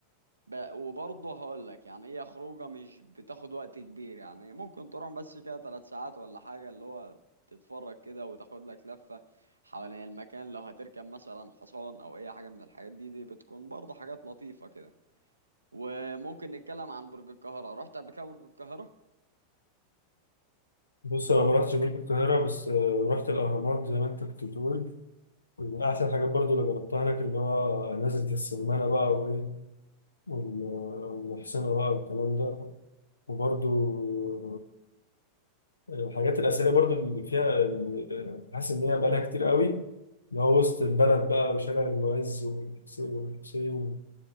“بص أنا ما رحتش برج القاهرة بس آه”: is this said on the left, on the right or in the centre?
Left